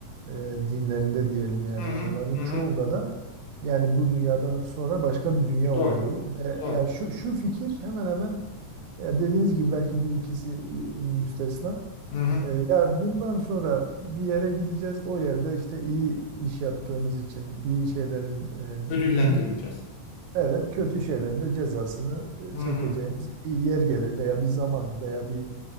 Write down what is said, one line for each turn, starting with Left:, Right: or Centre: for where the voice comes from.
Right: e, dinlerinde diyelim yani
Left: Hı hı,
Right: onların
Left: hı
Right: çoğunda
Left: hı.
Right: da yani bu dünyadan sonra başka bir dünya
Left: Doğru.
Right: olduğu ve
Left: Doğru.
Right: yani şu şu fikir hemen hemen e, dediğiniz gibi belki bir ikisi e, müstesna.
Left: Hı hı.
Right: E, ya bundan sonra bir yere gideceğiz. O yerde işte iyi iş yaptığımız için iyi şeylerin
Left: Ödüllendirileceğiz.
Right: e, ödül Evet, kötü şeylerin de cezasını
Left: Hı
Right: e, çekeceğimiz
Left: hı.
Right: bir yer gele veya bir zaman veya bir